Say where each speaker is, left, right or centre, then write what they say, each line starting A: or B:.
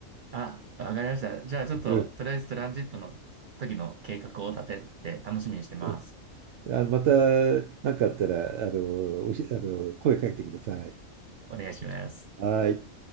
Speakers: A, on the right; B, on the right.
A: あ、わかりました。じゃあ、ちょっと、
B: うん、
A: とりあえずトランジットの時の計画を立てて楽しみにしてます。
B: うん。あのまた何かあったら、あの、おし、あの、声かけてください。
A: お願いします。
B: はい。